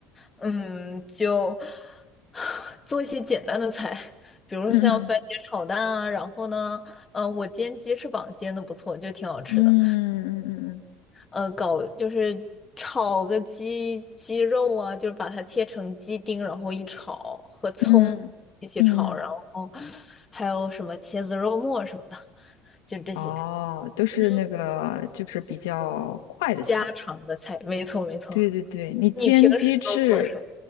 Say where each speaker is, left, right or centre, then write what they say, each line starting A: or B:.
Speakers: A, on the left; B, on the left.
A: 嗯，就 <sighs> 做一些简单的菜，比如说像番茄炒蛋啊，
B: 嗯
A: 然后呢，呃，我煎鸡翅膀煎的不错，就挺好吃的。
B: 嗯嗯嗯
A: 呃，搞就是炒个鸡鸡肉啊，就是把它切成鸡丁，然后一炒，和葱一起炒，
B: 嗯嗯嗯。
A: 然后还有什么茄子肉末什么的，就这些。
B: 哦，都是那个就是比较快的菜。
A: 嗯，家常的菜，没错没错。
B: 对对对，你煎鸡翅
A: 你平时都做什么？